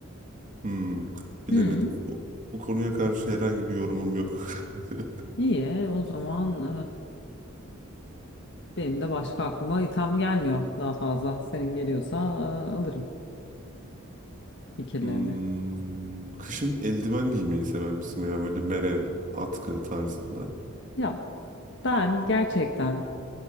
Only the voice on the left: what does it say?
Hı.
İyi o zaman e, benim de başka aklıma item gelmiyor daha fazla. Senin geliyorsa e, alırım fikirlerini.
Ya ben gerçekten